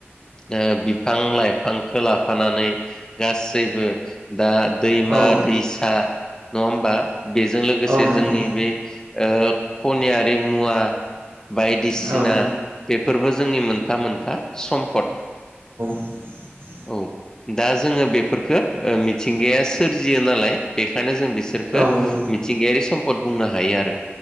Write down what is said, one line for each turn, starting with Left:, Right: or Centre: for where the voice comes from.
Left: ओ बिफां लाइफांखौ लाफानानै गासैबो दा दै मा
Right: औ
Left: दैसा नङा होमबा बेजों लोगोसे
Right: औ नंगौ
Left: जोंनि बे ओ खनियारि मुवा बायदिसिना
Right: औ
Left: बेफोरबो जोंनि मोनफा मोनफा सम्पद।
Right: <inaudible>
Left: औ दा जोङो बेफोरफोरखो मिथिंगाया सोरजियो नालाय बेखायनो जों बिसोर
Right: औ
Left: खो
Right: औ
Left: मिथिंगायारि सम्पद बुंनो हायो आरो